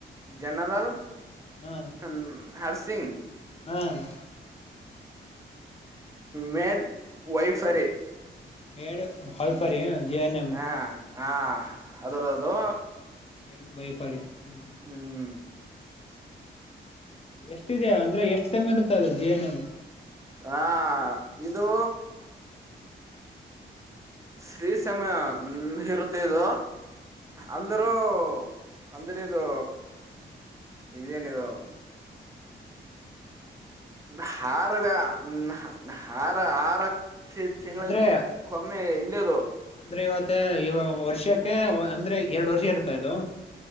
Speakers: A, on the right; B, on the left.
A: ಜನರಲ್
B: ಹಾ
A: ಹ ಹರ್ಸಿಂಗ್
B: ಹ್ಮ
A: ಮೇಡ್ ವೈಫರಿ.
B: ಮೇಡ್ ಹೊಲ್ಪರಿ ಜಿ ಏನ್ ಎಂ
A: ಹಾ ಹಾ ಅದರದು
B: ಮೇಡ್ ವೈಫರಿ ಹ್ಮ್ ಹ್ಮ್
A: ಹ್ಮ್
B: ಎಷ್ಟ್ ಇದೆ ಅಂದ್ರೆ ಎಷ್ಟು ಸೆಮ್ ಇರುತ್ತದು ಜಿ ಎನ್ ಎಮ್.
A: ಹಾ ಇದು ಶ್ರೀ ಸಮ್ಮ ಇರುತ್ತೆ ಅದು
B: ಹ್ಮ್
A: ಅಂದರು ಅಂದ್ರೆ ಇದು ಇದೇನಿದು ಹಾರದ ಹ್ ಹಾರ ಆರ ತಿ ತಿಂಗ್ಳದ್
B: ಅಂದ್ರೆ
A: ಕೊಮ್ಮೆ ಇಲ್ಲೇದು.
B: ಅಂದ್ರೆ ಇವತ್ತ ಇವಾಗ ವರ್ಷಕ್ಕೆ ವ್ ಅಂದ್ರೆ ಎರಡು ವರ್ಷ ಇರ್ತಾ ಇದು.